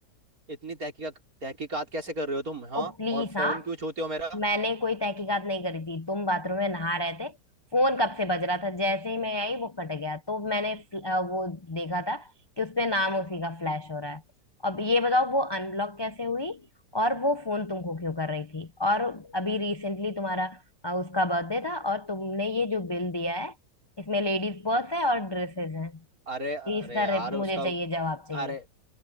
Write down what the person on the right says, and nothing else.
इतनी तहकीकात तहकीकात कैसे कर रहे हो तुम हाँ
और फोन
क्यों छूते हो मेरा
अरे अरे
यार
उसका
अरे